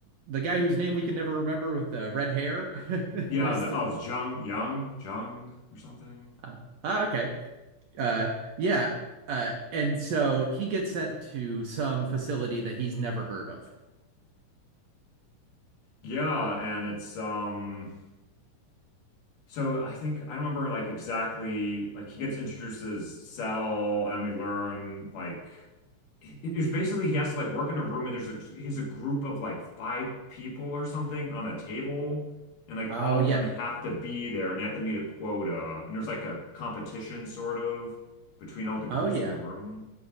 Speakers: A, on the right; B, on the left.
A: the guy whose name we can never remember with the red hair. <laughs>
B: Yeah,
A: There's
B: the, oh, it's Zhang Yang, Zhang or something.
A: Uh, oh, okay. Uh, yeah. Uh, and so he gets sent to some facility that he's never heard of.
B: Yeah, and it's um so I think I don't remember like exactly like he gets introduced as Cell and we learn like it- it's basically he has to like work in a room and there's a he's a group of like five people or something on a table and like
A: Oh,
B: all
A: yeah.
B: of them have to be there and they have to meet a quota and there's like a competition sort of between all the groups
A: Oh, yeah.
B: in the room.